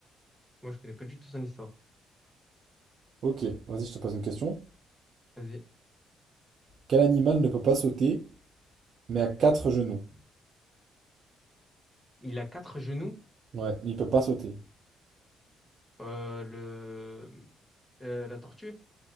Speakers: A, in the centre; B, on the right (about 45°).
A: Moi, je connais pas du tout son histoire.
B: Ok, vas-y, je te pose une question.
A: Vas-y.
B: Quel animal ne peut pas sauter, mais a quatre genoux?
A: Il a quatre genoux.
B: Ouais, mais il peut pas sauter.
A: Euh, le... euh, la tortue?